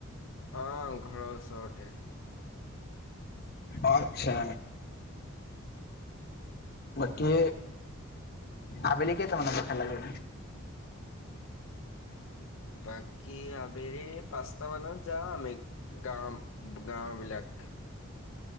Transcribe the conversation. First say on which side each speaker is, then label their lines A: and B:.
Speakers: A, on the left; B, on the left.
A: অ ঘৰৰ ওচৰতে।
B: অ আচ্ছা। বাকী আবেলি কেইটা মানত খেলা গৈ?
A: বাকী আবেলি পাঁচটা মানত যাওঁ আমি গাঁ গাঁৱৰ বিলাক।